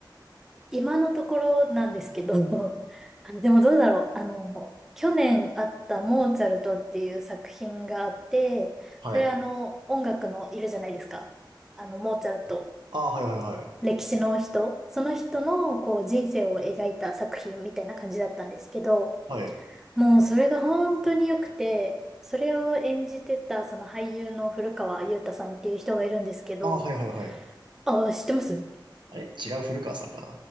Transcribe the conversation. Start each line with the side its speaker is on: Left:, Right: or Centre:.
Centre: 今のところなんですけど、<laughs> あでもどうだろう。あの、去年あったモーツァルトっていう作品があって、
Right: はい。
Centre: それあの、音楽のいるじゃないですか。あの、モーツァルト。
Right: ああ、はいはいはい。
Centre: 歴史の人。その人のこう人生を描いた作品みたいな感じだったんですけど、
Right: はい。
Centre: もうそれが本当に良くて、それを演じてたその俳優の古川雄太さんっていう人がいるんですけど、
Right: ああ、はいはいはい。
Centre: あ、知ってます
Right: あれ違う古川さんか